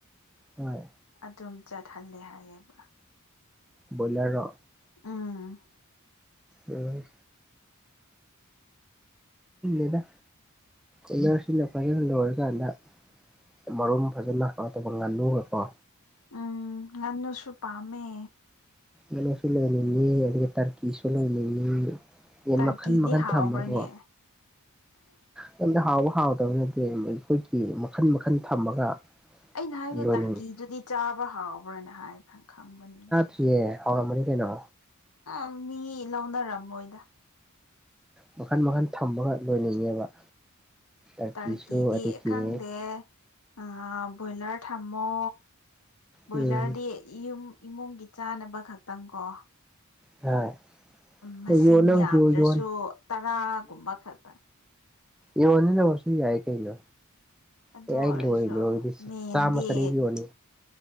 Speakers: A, in the centre; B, on the left.
A: ꯍꯣꯏ
B: ꯑꯗꯨꯝ ꯆꯠꯍꯜꯂꯦ ꯍꯥꯏꯌꯦꯕ
A: ꯕꯣꯏꯂꯔ
B: ꯎꯝ
A: ꯑ ꯎꯗ ꯏꯟꯅꯥꯁꯤ ꯏꯅ ꯄꯔꯗ ꯑꯣꯔꯒꯗ ꯃꯔꯨꯝ ꯐꯖꯅ ꯀꯩꯅꯣ ꯇꯧꯕ ꯉꯥꯜꯂꯨꯕꯀꯣ
B: ꯎꯝ ꯉꯟꯅꯨꯁꯨ ꯄꯥꯝꯃꯦ
A: ꯂ ꯆꯂꯅꯤꯅꯤ ꯑꯗꯒꯤ ꯇꯔꯀꯤꯁꯨꯂꯅꯤꯅꯤ ꯌꯦ
B: ꯇꯔꯀꯤꯗꯤ
A: ꯃꯈꯟ ꯃꯈꯟ
B: ꯍꯥꯎꯕ꯭ꯔꯅꯦ
A: ꯊꯝꯃꯀꯣ ꯀꯩꯝꯇ ꯍꯥꯎꯕ ꯍꯥꯎꯗꯕꯅꯗꯤ ꯑꯩꯈꯣꯏꯒꯤ ꯃꯈꯟ ꯃꯈꯟ ꯊꯝꯃꯒ
B: ꯑꯩꯅ ꯍꯥꯏꯕꯗꯤꯦ
A: ꯂꯣꯏꯅꯤꯡꯉꯤ
B: ꯇꯔꯀꯤꯗꯨꯗꯤ ꯆꯥꯕ ꯍꯥꯎꯕ꯭ꯔꯅ ꯍꯥꯏꯕ꯭ꯔ ꯈꯪꯕꯅꯤꯅ
A: ꯀꯦ ꯍꯥꯎꯔ ꯃꯅꯤ ꯀꯅꯣ
B: ꯎ ꯃꯤ ꯂꯧꯅꯔꯝꯃꯣꯏꯗ
A: ꯃꯈꯟ ꯃꯈꯟ ꯊꯝꯃꯒ ꯂꯣꯏꯅꯤꯡꯉꯦꯕ ꯇꯔꯀꯤꯁꯨ
B: ꯇꯔꯀꯤꯗꯤ
A: ꯑꯗꯒꯤ
B: ꯈꯪꯗꯦ ꯑ ꯭ꯔꯣꯌꯂꯔ ꯊꯥꯃꯣ ꯭ꯔꯣꯌꯂꯔ
A: ꯎꯝ
B: ꯗ ꯌꯨꯝ ꯏꯃꯨꯡꯒꯤ ꯆꯥꯅꯕ ꯈꯛꯇꯪ ꯀꯣ
A: ꯍꯣꯏ
B: ꯃꯁꯤꯡ
A: ꯌꯣꯟꯅꯕꯁꯨ
B: ꯌꯥꯝꯗ꯭ꯔꯁꯨ
A: ꯌꯣꯟ
B: ꯇꯔꯥꯒꯨꯝꯕ ꯈꯛꯇ
A: ꯏ ꯋꯥꯅꯤꯅ ꯄꯔꯁꯨ ꯌꯥꯏ ꯀꯩꯅ
B: ꯑꯗꯨ
A: ꯑꯦ ꯑꯩ
B: ꯑꯣꯏꯔꯁꯨ
A: ꯂꯣꯏ ꯂꯣꯏꯗꯤ
B: ꯃꯦꯟꯗꯤ
A: ꯆꯥꯝꯃ ꯆꯅꯤ ꯌꯣꯅꯤ